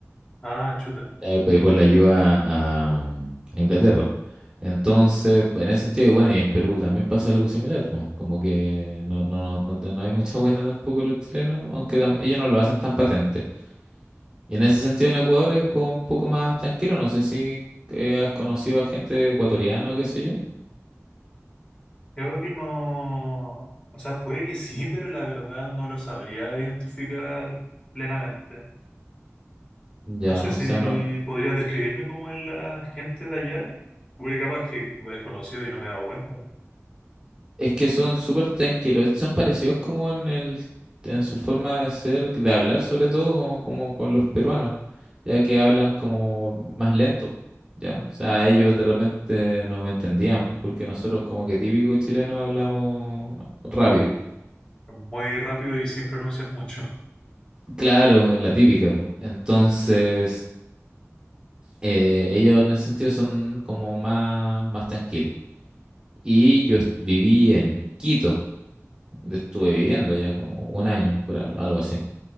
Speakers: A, on the left; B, on the right.
A: Ah, chuta.
B: eh, pues, y por la ayuda a, a Inglaterra. Entonces, pues, en ese sentido, y bueno, y en Perú también pasa algo similar, pues, como que no, no, no, no te- no hay mucha buena tampoco los chilenos, aunque tam-
A: Mm.
B: ellos no lo hacen tan patente. Y en ese sentido en Ecuador es como un poco más tranquilo, no sé si eh, has conocido a gente ecuatoriana o qué sé yo.
A: Creo que no, o sea, puede que sí, pero la verdad no lo sabría identificar plenamente.
B: Ya,
A: No sé si
B: o sea, no.
A: podrías describirme cómo es la gente de allá, porque capaz que lo he desconocido y no me he dado cuenta.
B: Es que son súper tranquilos, son parecidos como en el, en su forma de ser, de hablar sobre todo, como, como con los peruanos, ya que hablan como más lento, ya. O sea, ellos de repente no me entendían, pues, porque nosotros como que típico chileno hablamos rápido.
A: Muy rápido y sin pronunciar mucho.
B: Claro, es la típica. pues. Entonces, eh, ellos en ese sentido son como más, más tranquilos. Y yo est- viví en Quito, donde estuve viviendo ya como un año, por al- algo así.